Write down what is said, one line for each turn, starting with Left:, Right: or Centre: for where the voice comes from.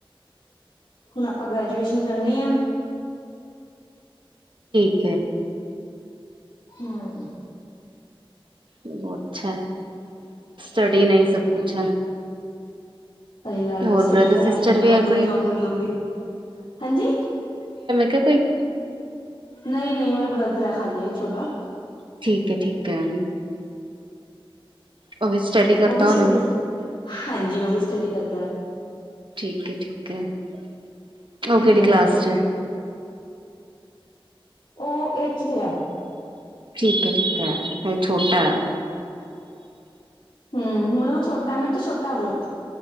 Left: ਹੁਣ ਆਪਾਂ ਗ੍ਰੈਜੂਏਸ਼ਨ ਕਰਨੀ ਆ।
Right: ਤੇ
Left: ਹੂੰ
Right: ਬਹੁਤ ਅੱਛਾ ਹੈ, ਸਟਡੀ ਨਹੀਂ ਸਭ ਕੁਛ ਹੈ।
Left: ਸਹੀ ਗੱਲ
Right: ਹੋਰ
Left: ਆ ਸਟੱਡੀ
Right: ਬ੍ਰਦਰ
Left: ਕਰਾਂਗੇ,
Right: ਸਿਸਟਰ
Left: ਤੇ
Right: ਵੀ
Left: ਵਧੀਆ
Right: ਹੈ ਕੋਈ
Left: ਜੋਬ ਮਿਲੂਗੀ। ਹਾਂਜੀ
Right: ਕਿਉਂ ਕੋਈ
Left: ਨਹੀਂ, ਨਹੀਂ ਮੇਰਾ ਬ੍ਰਦਰ ਹੈ। ਖਾਲੀ ਹੈ ਇੱਕ ਛੋਟਾ।
Right: ਠੀਕ ਹੈ, ਠੀਕ ਹੈ। ਉਹ ਵੀ ਸਟੱਡੀ ਕਰਤਾ
Left: ਉਹ ਵੀ ਸਟੱਡੀ,
Right: ਹੋਣਾ
Left: ਹਾਂਜੀ। ਉਹ ਵੀ ਸਟੱਡੀ ਕਰਦਾ ਆ।
Right: ਠੀਕ ਹੈ, ਠੀਕ ਹੈ। ਉਹ
Left: ਹਮ
Right: ਕਿਹੜੀ ਕਲਾਸ 'ਚ ਏ
Left: ਉਹ ਐਂਠਤ ਚ ਆ।
Right: ਠੀਕ ਏ। ਠੀਕ ਹੈ। ਇਹ ਛੋਟਾ ਏ।
Left: ਹੂੰ, ਹੁਣ ਓਹ ਛੋਟਾ ਮੇਰੇ ਤੇ ਛੋਟਾ ਬਹੁਤ।